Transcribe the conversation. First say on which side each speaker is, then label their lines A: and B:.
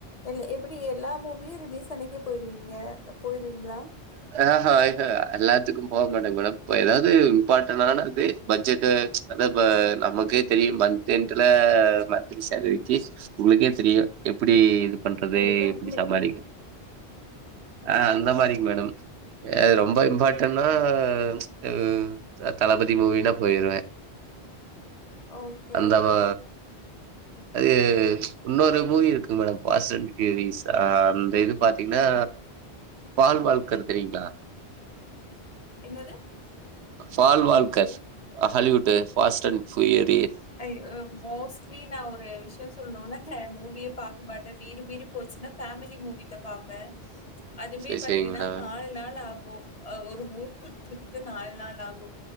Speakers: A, on the left; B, on the right.
A: எல் எப்பிடி எல்லா மூவியு ரிலீஸ் அன்னைக்கே போயிருவீங்க போயிருவீங்ளா
B: ஆஹ ஐஹ எல்லாத்துக்கும் போவ மாட்டே மேடம் இப்ப எதாவது இம்பாட்டன்னானது பட்ஜெட்டு அத இப்ப நமக்கே தெரியு மந்த் எண்ட்ல மந்த்லி சேலரிக்கி உங்ளுக்கே தெரியு எப்டி இது பண்றது
A: கண்டிப்பா
B: எப்பிடி
A: கண்டிப்பா
B: சமாளிக்க அ
A: ஓகே
B: அந்த
A: ஓகே
B: மாரி மேடம் எ ரொம் ரொம்ப இம்பாட்டன்னா எ த தளபதி மூவினா போயிருவே
A: ஓகே
B: அந்த
A: ஓகே
B: மா
A: ஓகே
B: அது இன்னொரு மூவி இருக்கு மேடம் பாஸ்ட் அண்ட் ஃப்யூரிஸ் அந்த இது பாத்தீங்ன்னா பால் வாழ்கர் தெரியீங்ளா
A: என்னது
B: Paul Walker Hollywood fast and furious
A: அய் ஓ மோஸ்ட்லி நா ஒரு விஷ்ய சொல்ணுனா ந்த மூவியே பா க்க மாட்டே மீறி மீறி போச்சுன்னா ஃபேமிலி மூவிதா பாப்பே அதுமே
B: சேரி
A: பாத்திங்கனா
B: சேரிங்க மேடம்
A: நால் நாள் ஆ மு அ ஒரு மூவி பாக்கறதுக்கு நால் நாள் ஆகு